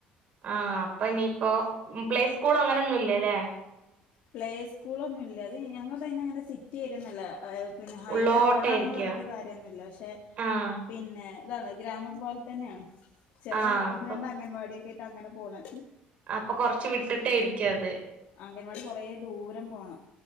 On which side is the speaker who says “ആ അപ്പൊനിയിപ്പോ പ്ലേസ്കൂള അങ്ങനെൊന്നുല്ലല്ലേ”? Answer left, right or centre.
Right